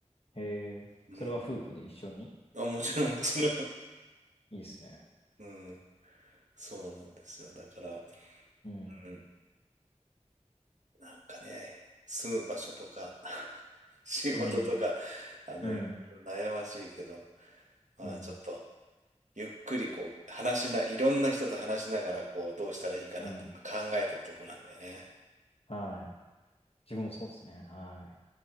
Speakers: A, on the left (about 55°); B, on the right (about 85°).
A: へえ。
B: うん。
A: それは夫婦で一緒に
B: あ、もちろん、もちろん。
A: いいですね。
B: うん。そうなんですよ。だから、
A: うん。
B: うん、なんかね、住む場所とか <laughs> 仕事とか、
A: うん。
B: あの、
A: うん。
B: いろいろ悩ましいけど、まあちょっと、
A: うん。
B: ゆっくりこう、話しな、いろんな人と話しながら、こう、どうしたらいいかなって今考えてるとこなんだよね。
A: うん。はい。自分もそうですね。はい。